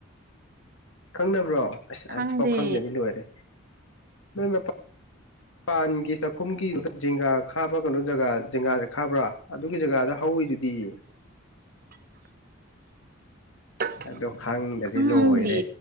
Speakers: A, on the left; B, on the right.
A: ꯈꯪꯅꯕ꯭ꯔꯣ ꯑꯁ
B: ꯈꯪꯗꯦ
A: ꯑꯁꯤꯄꯥꯎ ꯈꯪꯗꯗꯤ ꯂꯣꯏꯔꯦ ꯅꯣꯏ ꯃꯇ ꯄꯥꯟꯒꯤ ꯆꯥꯛꯈꯨꯝꯒꯤ ꯖꯤꯡꯒꯥ ꯈꯥꯕ ꯀꯩꯅꯣ ꯖꯤꯡꯒꯥ ꯖꯤꯡꯒꯥꯗ ꯈꯪꯕ꯭ꯔꯥ ꯑꯗꯨꯒꯤ ꯖꯒꯥꯗ ꯍꯧꯏꯗꯨꯗꯤ ꯄꯤ
B: <inaudible>
A: ꯑꯗꯣ ꯈꯪꯗꯗꯤ
B: ꯈꯪꯗꯦ
A: ꯂꯣꯏꯔꯦ